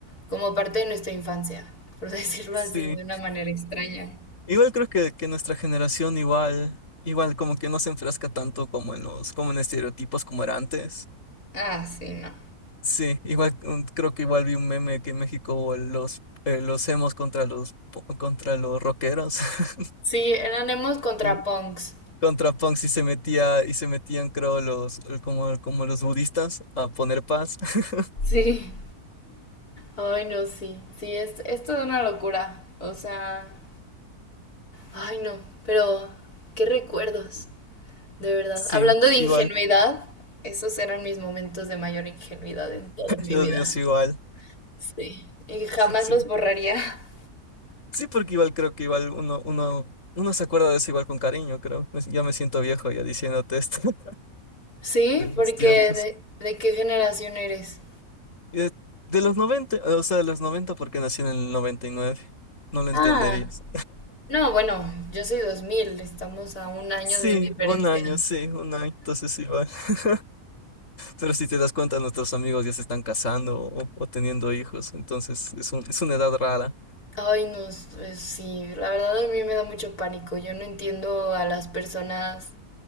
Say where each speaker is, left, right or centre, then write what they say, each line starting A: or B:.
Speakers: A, on the left; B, on the left.
A: como parte de nuestra infancia, por <laughs> decirlo
B: Sí,
A: así, de una manera extraña.
B: igual creo que, que nuestra generación igual, igual como que no se enfrasca tanto como en los, como en estereotipos como era antes.
A: Ah, sí, no.
B: Sí, igual mm, creo que igual vi un meme que en México hubo los, eh, los emos contra los, po- contra los rockeros. <laughs>
A: Sí, eran emos contra
B: Sí.
A: punks.
B: Contra punks y se metía, y se metían, creo, los, como, como los budistas a poner paz. <laughs>
A: Sí. Ay, no, sí. Sí, es, es toda una locura. O sea, ay, no. Pero, qué recuerdos. De verdad.
B: Sí,
A: Hablando de
B: igual,
A: ingenuidad, esos eran mis momentos de mayor ingenuidad en toda mi
B: los
A: vida.
B: niños igual.
A: Sí. Y jamás
B: Sí,
A: los borraría.
B: sí, porque igual creo que igual uno, uno, uno se acuerda de eso igual con cariño, creo. Me- Ya me siento viejo ya diciéndote esto <laughs>
A: Sí,
B: de mis
A: porque
B: tiempos.
A: ¿de, de qué generación eres?
B: Y De, de los noventa o sea, de los 90 porque nací en el noventa y nueve No lo entenderías.
A: Ah, no, bueno, yo soy 2000. Estamos a un año
B: Sí,
A: de diferencia.
B: un año, sí, un año, entonces igual. <laughs> Pero si te das cuenta, nuestros amigos ya se están casando o, o teniendo hijos, entonces es un, es una edad rara.
A: Ay, no, s- eh, sí, la verdad a mí me da mucho pánico. Yo no entiendo a las personas